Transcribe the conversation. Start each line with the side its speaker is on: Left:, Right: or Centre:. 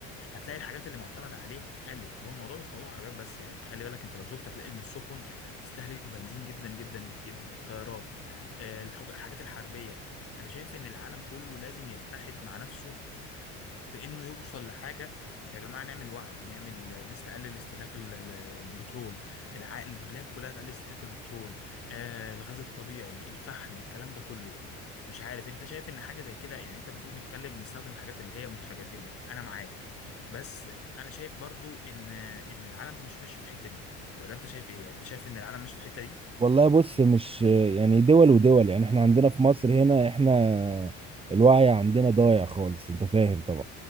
Left: هتلاقي الحاجات اللي معتمد عليه قلت فهو الموضوع مش موضوع عربيات بس يعني انت خلي بالك انت لو شفت هتلاقي ان السفن بتستهلك بنزين جدا جدا جدا الطيارات آه، الحاج- الحاجات الحربيه انا شايف ان العالم كله لازم يتحد مع نفسه بانه يوصل لحاجه يا جماعه نعمل وعي نعمل الناس تقلل استهلاك ال- ال- البترول الع- البلاد كلها تقلل استهلاك البترول آه الغاز الطبيعي الفحم الكلام ده كله مش عارف انت شايف ان حاجه زي كده يعني انت بتقول نتكلم نستخدم الحاجات اللي هي متجدده انا معاك بس انا شايف برضو ان ان العالم مش ماشي في الحته دي ولا انت شايف ايه يعني انت شايف ان العالم ماشي في الحته دي
Right: والله بص مش يعني دول ودول يعني احنا عندنا في مصر هنا احنا الوعي عندنا ضايع خالص انت فاهم طبعا